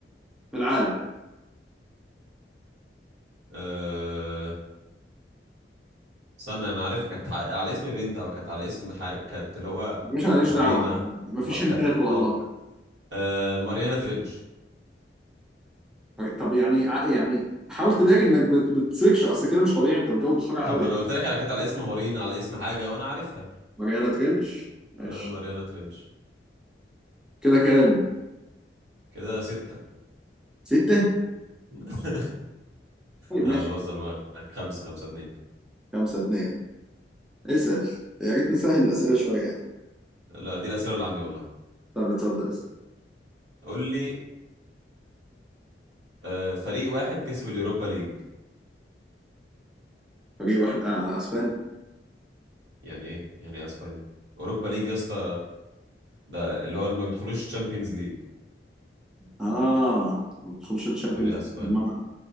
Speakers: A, in the centre; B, on the right.
A: في العالم
B: آه استنى انا عارفها كانت ع- على اسم بنت او كانت على اسم حاجه كانت اللي هو
A: مش ماليش
B: مارينا
A: دعوه مفيش
B: ما... ك...
A: هنتات والله
B: هو... آه... ماريانا ترينش
A: طب يعني ع- يعني حاول تداري انك بت- بتسيرش اصل كده مش طبيعي انت بتجاوب بسرعه
B: طب
A: قوي
B: ما
A: يعني
B: انا قلت لك على كانت على اسم مارينا على اسم حاجه وانا عارفها
A: ماريانا ترنش ماشي
B: آه ماريانا ترينش
A: كده كام
B: كده ستة
A: سته
B: <laughs>
A: طيب
B: آه
A: ماشي
B: بهزر معاك خمسة خمسة اتنين
A: خمسه اتنين اسال يا ريت نسهل الاسئله شويه يعني
B: لا دي الأسئلة اللي عندي والله
A: طب اتفضل اسال
B: قول لي آه فريق واحد كسب اليوروبا ليج
A: فريق واحد آه اسباني
B: يعني ايه يعني ايه اسبانيا اوروبا ليج يا اسطى ده اللي هو اللي ما بيدخلوش تشامبيونز ليج
A: اه ما بتدخلش الشامبيونز
B: تقول لي اسبانيا
A: ليج. طب ما انا